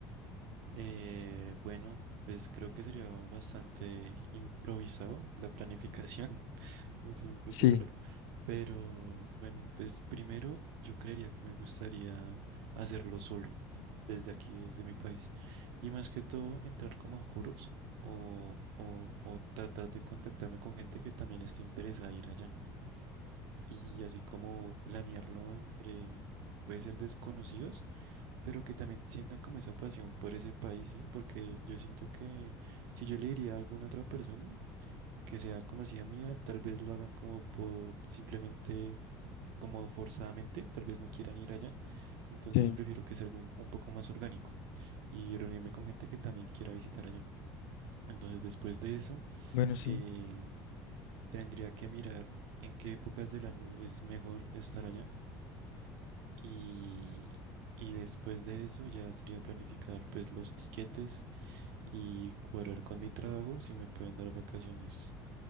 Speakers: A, on the right (about 70°); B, on the left (about 75°).
A: Eh, bueno, pues creo que sería bastante improvisado la planificación. Es un poco
B: Sí,
A: raro. Pero bueno, pues primero yo creería que me gustaría hacerlo solo, desde aquí, desde mi país. Y más que todo, entrar como a foros o, o, o tratar de contactarme con gente que también esté interesada en ir allá. Y así como planearlo entre, puede ser desconocidos, pero que también sientan como esa pasión por ese país, ¿sí? Porque yo siento que si yo le diría a alguna otra persona, que sea conocida mía, tal vez lo hagan como por simplemente, como forzadamente, tal vez no quieran ir allá, entonces
B: sí.
A: prefiero que sea algo un, un poco más orgánico y reunirme con gente que también quiera visitar allá. Entonces después de eso,
B: Bueno, sí.
A: eh, tendría que mirar en qué épocas del año es mejor estar allá y, y después de eso ya sería planificar pues los tiquetes y cuadrar con mi trabajo si me pueden dar vacaciones